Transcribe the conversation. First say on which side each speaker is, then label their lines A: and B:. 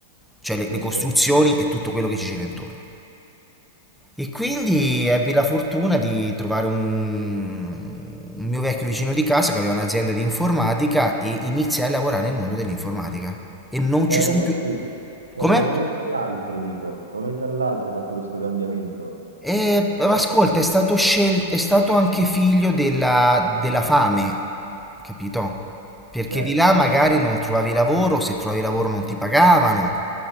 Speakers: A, in the centre; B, on the right.
A: cioè le,
B: Ok.
A: le costruzioni e tutto quello che ci gira intorno. E quindi ebbi la fortuna di trovare un, un mio vecchio vicino di casa che aveva un'azienda di informatica e iniziai a lavorare nel mondo dell'informatica. E non
B: Era
A: ci sono
B: da così,
A: più...
B: proprio
A: Come?
B: da un momento all'altro, dico. Da un momento all'altro hai fatto questo cambiamento.
A: Eh, ma ascolta, è stato scelto, è stato anche figlio della, della fame, capito? Perché
B: Certo,
A: di là magari non trovavi lavoro, se trovavi lavoro non ti pagavano.